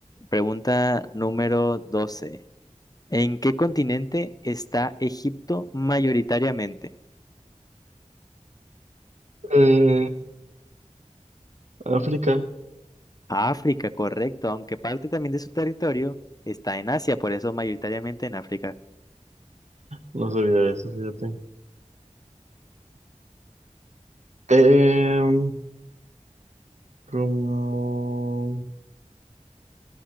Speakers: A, on the left (about 30°); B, on the right (about 65°).
A: pregunta número 12. ¿En qué continente está Egipto mayoritariamente?
B: Eh, África,
A: África, correcto, aunque parte también de su territorio está en Asia, por eso mayoritariamente en África.
B: no sabía eso, fíjate. Em, como...